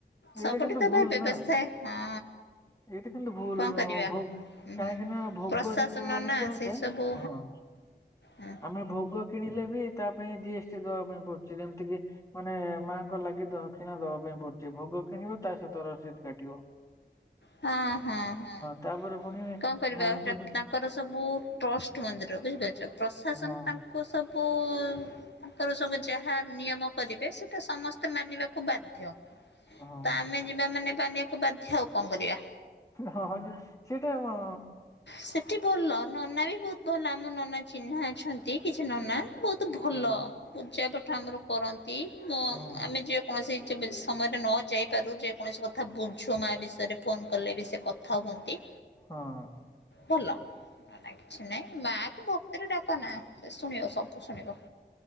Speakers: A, on the left; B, on the left.
A: ଏଇଟା
B: ସବୁଠି
A: କିନ୍ତୁ
B: ତ
A: ଭୁଲ
B: ଭାଇ ବ୍ୟବସ୍ଥା
A: ନା
B: ହଁ
A: ଏଇଟା କିନ୍ତୁ ଭୁଲ-ଉ
B: କଣ କରିବା
A: ଭୋଉ
B: ହୁଁ
A: କାହିଁକି
B: ହୁଁ
A: ନା ଭୋଗ
B: ପ୍ରଶାସନ
A: ଯେତେବେଳେ ଆମେ
B: ନା
A: କିଣୁଛେ
B: ସେ ସବୁ
A: ହଁ
B: ହଁ
A: ଆମେ ଭୋଗ କିଣିଲେ ବି ତା ପାଇଁ ଜି ଏସ୍ ଟି ଦବା ପାଇଁ ପଡୁଛି ଯେମିତି କି ମାନେ ମାଙ୍କ ଲାଗ୍ ଦି ଦହକ୍ଷିଣା ଦେବା ପାଇଁ ପଡୁଛି, ଭୋଗ କିଣିବ ତା ସହିତ ରସିଦ କାଟିବ।
B: ହଁ ହଁ ହଁ
A: ତାପରେ ପୁଣି
B: କଁ କରିବା
A: ମାଙ୍କୁ
B: ସେଟା
A: ଦେ-
B: ତା ଙ୍କର ସବୁ ଟ୍ରଷ୍ଟ ମନ୍ଦିର ବୁଝିପାରୁଚ? ପ୍ରଶାସନ
A: ହଁ
B: ତାଙ୍କୁ ସବୁ-ଉ ତାଙ୍କର ସବୁ ଯାହା ନିୟମ କରିବେ ସେ ଟେ ସମସ୍ତେ ମାନିବାକୁ ବାଧ୍ୟ
A: ହଁ।
B: ତ ଆମେ ଯିବା ମାନେ ମାନିବାକୁ ବାଧ୍ୟ ଆଉ କଁ କରିବା।
A: ହଁ ନି ସେଇଟା-ଆ
B: ସେଠି ଭଲ ନନା ବି ବୋହୁତ ଭଲ ଆମ ନନା ଚିହ୍ନା ଅଛନ୍ତି କିଛି ନନା ବୋହୁତ ଭଲ।
A: ହଁ
B: ପୂଜା ପାଠ ଆମର କରନ୍ତି ମୋ
A: ହଁ
B: ଆମେ ଯେ କୌଣସି ଯେବେ ସମୟରେ ନ ଯାଇପାରୁ ଯେକୌଣସି କଥା ବୁଝୁ ମା ବିଷୟରେ ଫୋନ୍ କଲେ ବି ସେ କଥା ହୁଅନ୍ତି।
A: ହଁ।
B: ଭଲ। ନନେ କିଛି ନାଇଁ ମା କୁ ଭକ୍ତିରେ ଡାକ ନା ସେ ଶୁଣିବ ସବୁ ଶୁଣିବ।